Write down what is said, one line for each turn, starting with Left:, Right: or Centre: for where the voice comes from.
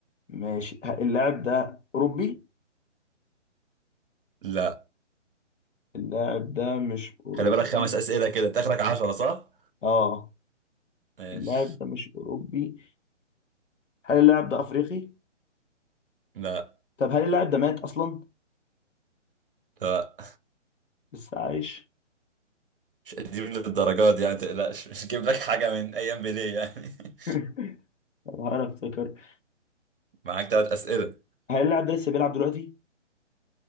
Left: ماشي ه- اللاعب ده اوروبي
Right: لا
Left: اللاعب ده مش اوروبي
Right: خلي بالك خمس أسئلة كده تاخرك عشرة صح؟
Left: اه
Right: ماشي
Left: اللاعب ده مش اوروبي هل اللاعب ده افريقي
Right: لا
Left: طب هل اللاعب ده مات اصلا
Right: لا
Left: لسه عايش
Right: مش قديم للدرجات دي يعني تقلقش مش جيب لك حاجة من أيام بيليه يعني <laughs>
Left: <laughs> طب انا افتكر
Right: معاك تلات أسئلة
Left: هل اللاعب ده لسه بيلعب دلوقتي